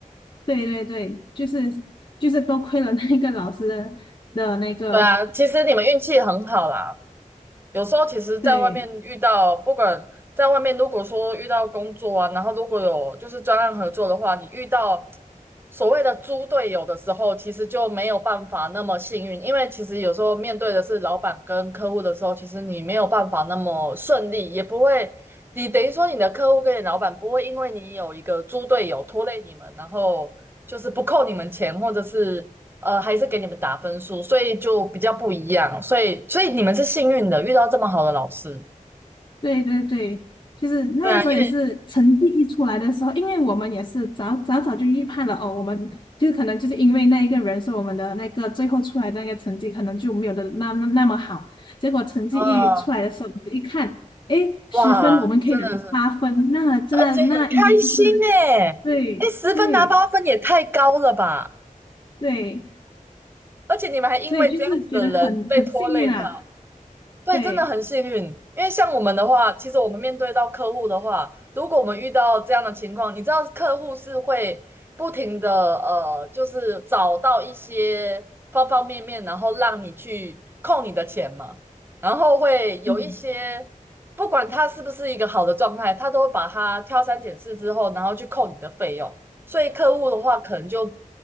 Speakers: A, on the left; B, on the right.
A: 对对对，就是就是多亏了那个老师的的那个，
B: 对啊，其实你们运气很好啦，有时候其实，在外面遇到，
A: 对。
B: 不管在外面，如果说遇到工作啊，然后如果有就是专案合作的话，你遇到所谓的猪队友的时候，其实就没有办法那么幸运，因为其实有时候面对的是老板跟客户的时候，其实你没有办法那么顺利，也不会，你等于说你的客户跟你老板不会因为你有一个猪队友拖累你们，然后就是不扣你们钱，或者是呃，还是给你们打分数，所以就比较不一样。所以，所以你们是幸运的，遇到这么好的老师。
A: 对对对，就是那个时候也是成绩一出来的时候，
B: 对啊，因为
A: 因为我们也是早早早就预判了哦，我们就是可能就是因为那一个人，所以我们的那个最后出来的那个成绩可能就没有的那那那么好。结果成绩一出来的时候，
B: 呃，
A: 我们一看，诶，
B: 哇，
A: 十分我们可以拿到八分，
B: 真的是，
A: 那真的那应该就是
B: 而且很开心诶，哎，
A: 对对
B: 十分拿八分也太高了吧！
A: 对，
B: 而且你们还因为这样子的人被拖累到。
A: 所以就是觉得很很幸运啊，
B: 对，
A: 对，
B: 真的很幸运，因为像我们的话，其实我们面对到客户的话，如果我们遇到这样的情况，你知道客户是会不停的呃，就是找到一些方方面面，然后让你去扣你的钱嘛，然后会有一些不管他是不是一个好的状态，
A: 嗯，
B: 他都会把它挑三拣四之后，然后去扣你的费用。所以客户的话，可能就